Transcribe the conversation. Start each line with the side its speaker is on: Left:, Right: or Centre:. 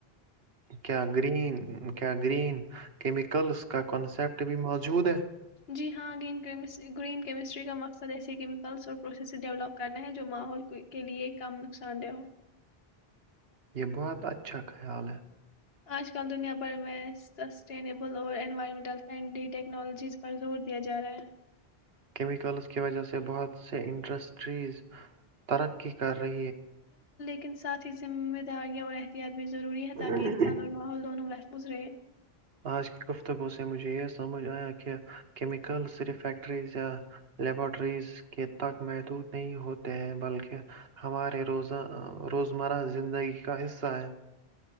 Right: کیا گرین کیا گرین کیمیکلز کا کانسپٹ بھی موجود ہے
Left: جی ہاں اگین کریمس گرین کیمسٹری کا مقصد ایسے کہ میں کلز اور پروسیس کرنا ہے جو ماحول کے لیے کم نقصان دہ ہو
Right: یہ بہت اچھا خیال ہے
Left: اج کل دنیا بھر میں سٹینیبل اور انوائرمنٹل فرینڈلی ٹیکنالوجیز پر زور دیا جا رہا ہے
Right: کیمیکل اس کی وجہ سے بہت سے انٹرسٹریز ترقی کر <inaudible>
Left: کے ساتھ ہی ذمہ داریاں اور احتیاط میں ضروری ہے
Right: آج
Left: تاکہ انسان اور ماحول دونوں اس نے <inaudible>
Right: اج گفتگو سے مجھے یہ سمجھ ایا کہ میں کل صرف ایکٹری یا لیبٹریز کے تک محدود نہیں ہوتے ہیں بلکہ ہمارے روزمرہ زندگی کا حصہ ہے